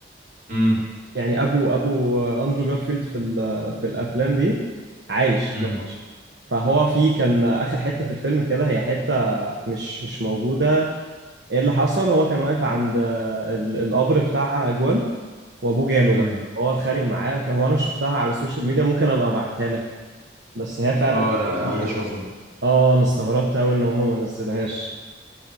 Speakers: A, on the right (about 50°); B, on the right (about 65°).
A: امم
B: يعني ابو ابو اندرو جارفيلد في ال- في الافلام دي عايش
A: امم
B: ما ماتش. فهو في كان اخر حته في الفيلم كده هي حته مش مش موجوده ايه اللي حصل هو كان واقف عند آه، ال- القبر بتاع جوان وابوه جاله
A: امم
B: بقى هو اتخانق معاه وك- هو انا شفتها على السوشيال ميديا ممكن ابقى ابعتها لك بس هي فعلا
A: اه لا
B: دي-
A: انا عايز اشوفها
B: اه انا استغربت قوي ان هم ما نزلوهاش